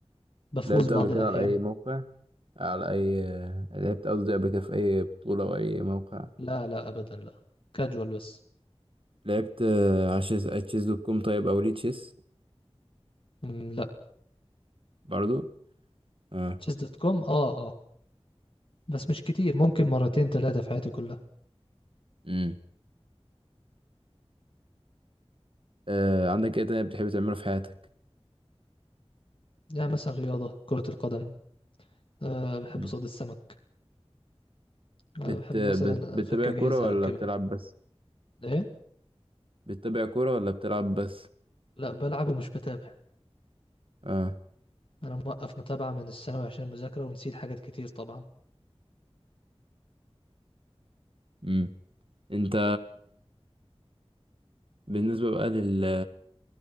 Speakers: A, on the left (about 55°); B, on the right (about 55°).
A: بفوز
B: لعبت
A: بعض
B: قبل كده
A: الأحيان
B: على اي موقع على أي لعبت قصدي قبل كده في أي بطولة أو أي موقع
A: لا لا أبدا لا كاجوال بس
B: لعبت آه، على شيز على تشيز دوت كوم طيب أو ليه تشيس
A: مم، لا
B: برضو اه
A: تشيس دوت كوم اه اه بس مش كتير ممكن مرتين ثلاثة في حياتي كلها
B: امم آه، عندك إيه تاني بتحب تعمله في حياتك؟
A: يعني مثلا رياضة كرة القدم أه بحب
B: مم.
A: صيد السمك أنا
B: بت...
A: بحب مثلا
B: بت... بتتابع
A: أفك أجهزة
B: كورة
A: أركبها
B: ولا بتلعب بس؟
A: إيه؟
B: بتتابع كورة ولا بتلعب بس؟
A: لا بلعب ومش بتابع
B: اه
A: أنا موقف متابعة من الثانوي عشان المذاكرة ونسيت حاجات كتير طبعا
B: امم أنت بالنسبة بقى لل